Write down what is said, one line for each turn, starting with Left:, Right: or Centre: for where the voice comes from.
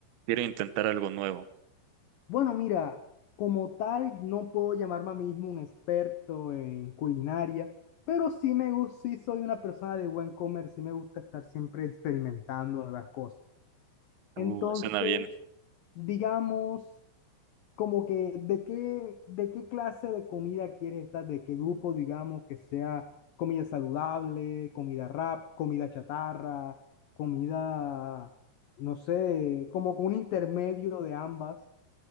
Right: Quiero intentar algo nuevo.
Left: Bueno, mira, como tal no puedo llamarme a mí mismo un experto en culinaria, pero sí me gusta, sí soy una persona de buen comer, sí me gusta estar siempre experimentando nuevas cosas. Entonces,
Right: Me Suena bien.
Left: digamos como que de qué, de qué clase de comida quieres estar, de qué grupo, digamos, que sea comida saludable, comida rap, comida chatarra, comida, no sé, como que un intermedio de ambas,